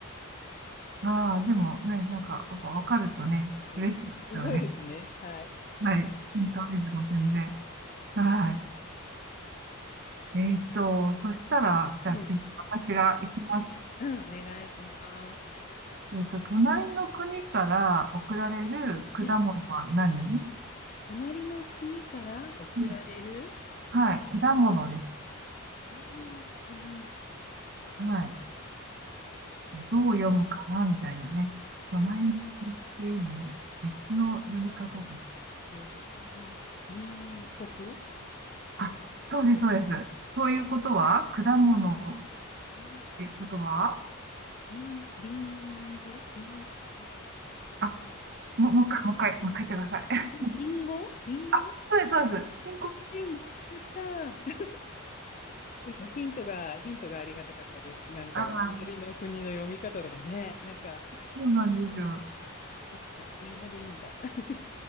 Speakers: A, on the left; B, on the right.
A: たね。
B: ああ、でもね、なんか、やっぱ分かるとね、
A: うん。
B: 嬉しいですよね。
A: そうですね。はい。
B: はい。ヒントクイズも全然。はい。えーっと、そしたら、じゃあ次、
A: うん、
B: 私が行きます。
A: うんお願いします。
B: えっと、隣の国から送られる果物は何
A: うん隣の国から送られる、
B: うんはい、
A: く、
B: 果物です。
A: 隣の国
B: はい。
A: から、
B: どう読むかなみたいなね。隣の国っていうのも別の読み方で。
A: と隣、隣国
B: あ、そうです、そうです。ということは、果物っ
A: 隣、
B: ていうことは、
A: 隣、隣語隣語
B: あ、もう、
A: 隣、
B: もう一回、もう一回、もう一回言ってください。
A: 隣語隣語
B: <laughs> あ、そうです、そうです。ピ国ク
A: 隣言った。ヒントが、ヒントがありがたかったです。なんか、
B: あー、
A: 隣の国の読み方とかね。なんか、
B: そうなんですよ。
A: あ、あ、そっか、リンゴでいいんだ。確か